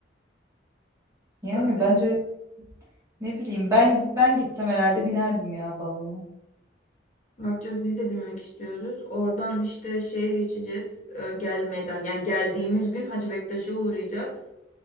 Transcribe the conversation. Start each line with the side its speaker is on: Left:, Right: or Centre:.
Right: Yani
Left: Öyle.
Right: bence ne bileyim ben ben gitsem herhalde binerdim ya balona.
Left: Bakacağız biz de binmek istiyoruz. Oradan işte şeye geçeceğiz e, gelmeden yani geldiğimiz gün Hacı Bektaş'a uğrayacağız.